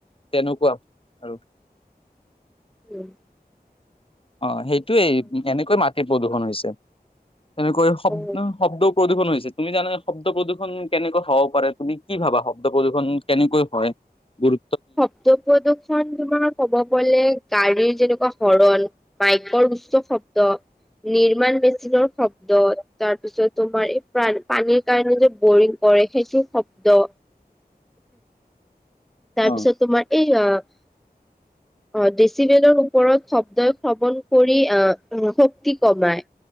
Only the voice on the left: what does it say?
তেনেকুৱা আৰু
অ', সেইটোয়েই এনেকৈয়ে মাটিৰ প্ৰদূষণ হৈছে। তেনেকৈ শব্দ-
শব্দ প্ৰদূৰষণ হৈছে, তুমি জানা শব্দ প্ৰদূষণ কেনেকৈ হব পাৰে, তুমি কি ভাবা শব্দ প্ৰদূষণ কেনেকৈ হয়? গুৰু
অ